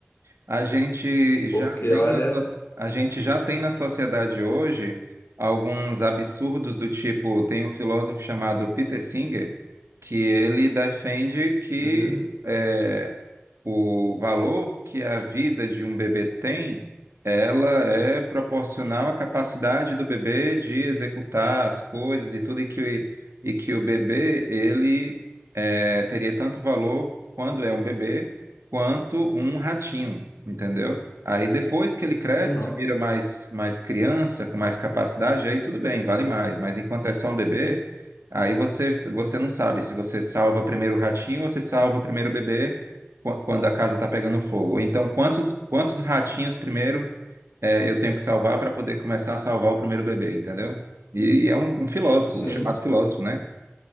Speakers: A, on the right; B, on the left.
A: A gente
B: <laughs> Porque,
A: já tem
B: olha,
A: na, so- a gente já tem na sociedade hoje alguns absurdos do tipo, tem um filósofo chamado Peter Singer, que ele defende que
B: uhum,
A: é, o valor que a vida de um bebê tem, ela é proporcional à capacidade do bebê de executar as coisas e tudo, e que, e que o bebê, ele é, teria tanto valor quando é um bebê quanto um ratinho, entendeu? Aí depois que ele cresce,
B: nossa,
A: que vira mais, mais criança, com mais capacidade, aí tudo bem, vale mais. Mas enquanto é só um bebê, aí você, você não sabe se você salva primeiro o ratinho ou se salva primeiro o bebê qu- quando a casa está pegando fogo. Ou então, quantos, quantos ratinhos primeiro é, eu tenho que salvar para poder começar a salvar o primeiro bebê, entendeu? E, e é um, um filósofo,
B: sim,
A: um chamado filósofo, né?